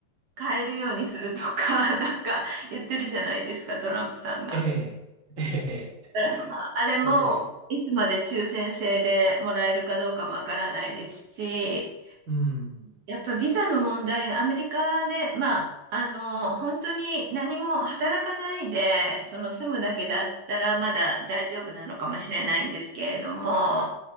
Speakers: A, on the right (about 60°); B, on the right (about 35°).
A: 買えるようにするとか、<laughs> なんか言ってるじゃないですか、トランプさんが。
B: ええ。え
A: だから、
B: え。
A: まあ、
B: <laughs>
A: あれも、
B: すごい。
A: いつまで抽選制でもらえるかどうかもわからないですし、
B: うん。
A: やっぱビザの問題がアメリカで、まあ、あの、本当に何も働かないで、その住むだけだったらまだ大丈夫なのかもしれないんですけれども、